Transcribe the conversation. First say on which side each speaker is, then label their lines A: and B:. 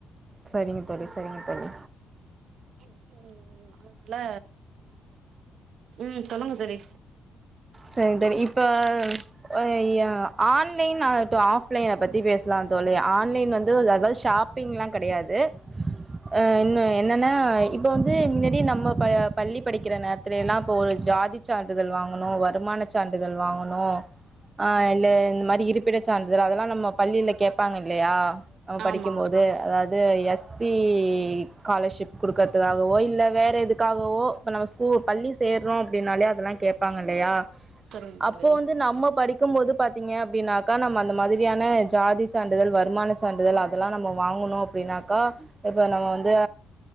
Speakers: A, on the right; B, on the right.
A: சரிங்க தோழி சரிங்க தோழி
B: இல்ல ம் சொல்லுங்க தோழி
A: செரிங்க தோழி இப்ப ஆ இ ஆன்லைன் ஆகட்டும் ஆஃப்லைன்ன பத்தி பேசலாம் தோழி ஆன்லைன் வந்து எதாவது ஷாப் பிங்லாம் கிடையாது ஆ இன்ன என்னன்னா இப்ப வந்து முன்னாடியே நம்ம ப பள்ளி படிக்கிற நேரத்துலல்லாம் இப்போ ஒரு ஜாதி சான்றிதழ் வாங்கணு வருமான சான்றிதழ் வாங்கணு ஆ இல்ல இந்த மாரி இருப்பிட சான்றிதல் அதெல்லாம் நம்ம பள்ளியில கேட்பாங்க இல்லையா நம்ம படிக்கும்போது
B: ஆமா
A: எ அதாவது எஸ் சி ஸ்காலர்ஷிப் கொடுக்கறதுக்காகவோ இல்ல வேற எதுக்காகவோ இப்ப நம்ம போ பள்ளி சேறோம் அப்டின்னாலே அதெல்லாம் கேட்பாங்க இல்லையா
B: சொல்லுங்க தோழி
A: அப்போ வந்து நம்ம படிக் இக்கும் போது பாத்தீங்க அப்டின்னாக்கா நம்ம அந்த மாதிரியான ஜாதி சான்றிதழ் வருமான சான்றிதழ் அதெல்லா நம்ம வாங்கணு அப்டினாக்கா இப்ப நம்ம வந்து